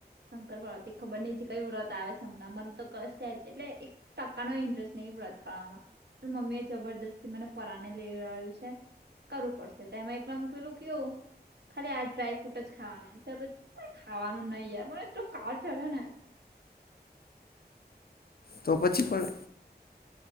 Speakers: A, on the right (about 75°); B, on the left (about 65°).
A: શંકર પાર્વતી ખબર નહિ કયું વ્રત આવે છે હમણાં મન તો કશે એટલે ટકાનો ઇન્ટરેસ્ટ નહી વર્ત કરવામાં પણ મમ્મી એ જબરજસ્તી મને પરાને લેયું છે. કરવું પડશે તેમાં એકલામ પેલું કેવું. ખાલી આજ ડ્રાય ફ્રુટ જ ખાવાના કઈ ખાવાનું નય યાર મળે એટલો જ કાળ ચડે ને.
B: તો પછી પણ